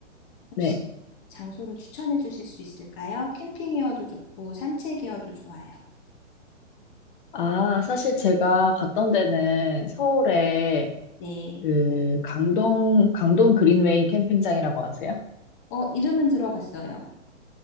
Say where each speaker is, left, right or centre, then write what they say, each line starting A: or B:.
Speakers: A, on the left; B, on the left.
A: 혹시
B: 네.
A: 장소를 추천해 주실 수 있을까요? 캠핑이어도 좋고, 산책이어도 좋아요.
B: 아, 사실 제가 갔던 데는 서울에
A: 네.
B: 그 강동, 강동 그린웨이 캠핑장이라고 아세요?
A: 어, 이름은 들어봤어요.